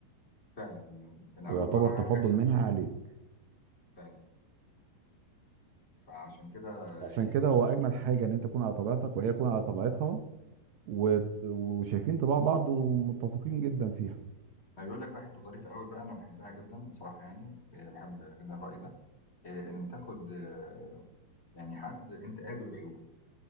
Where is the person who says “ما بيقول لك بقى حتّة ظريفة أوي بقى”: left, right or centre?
Left